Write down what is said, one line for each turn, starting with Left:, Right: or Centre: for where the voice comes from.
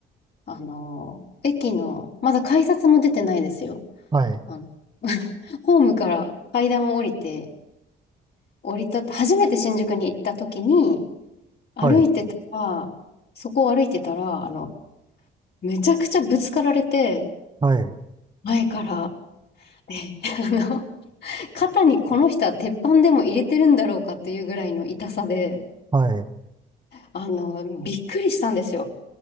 Left: あの、駅の、まだ改札も出てないですよ。
Right: はい。
Left: あの <laughs> ホームから階段を降りて、降り立った、初めて新宿に行った時に、歩いてたら、
Right: はい。
Left: そこを歩いてたら、あの、めちゃくちゃぶつかられて、
Right: はい。
Left: 前から。で、<laughs> あの、肩にこの人は鉄板でも入れてるんだろうかっていうぐらいの痛さで、
Right: はい。
Left: あの、びっくりしたんですよ。